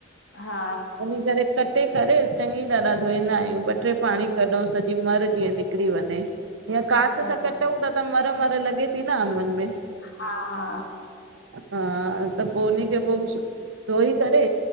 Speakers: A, on the left; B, on the right.
A: हा
B: वनी करे कटे करे चङी तरह धोईंदा आहियूं ॿ टे पाणी कढूं सॼी मर जीअं निकिरी वञे या कांत
A: अच्छा
B: सां
A: भेण
B: कटूं था त मर मर लॻे थी न अम्भनन में
A: हा हा
B: हा त पोइ उनी खे पोइ धोई करे